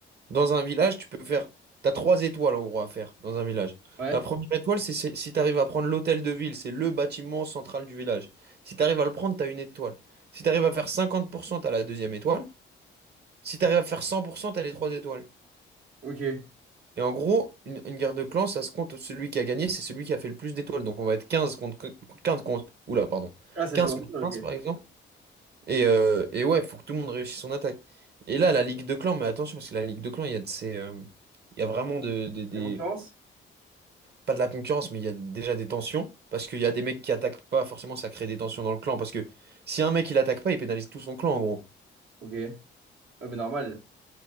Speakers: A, on the right; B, on the right.
A: Dans un village, tu peux faire. T'as trois étoiles en gros à faire dans un village.
B: Ouais,
A: La première étoile, c'est c'est- si t'arrives à prendre l'hôtel de ville, c'est le bâtiment central du village. Si t'arrives à le prendre, t'as une étoile. Si t'arrives à faire 50%, t'as la deuxième étoile. Si t'arrives à faire 100%, t'as les trois étoiles.
B: ok.
A: Et en gros, une, une guerre de clans, ça se compte, celui qui a gagné, c'est celui qui a fait le plus d'étoiles. Donc on va être 15 contre 15 contre. Oula, pardon.
B: Ah, ça
A: 15
B: joue en
A: contre
B: deux,
A: 15
B: ok.
A: par exemple. Et, euh, et ouais, faut que tout le monde réussisse son attaque. Et là, la ligue de clans, mais attention, parce que la ligue de clans, il y a de ces. euh, il y a vraiment de, de- des
B: La concurrence?
A: pas de la concurrence, mais il y a déjà des tensions. Parce qu'il y a des mecs qui attaquent pas, forcément, ça crée des tensions dans le clan. Parce que si un mec il attaque pas, il pénalise tout son clan, en gros.
B: Ok. Ouais, mais normal.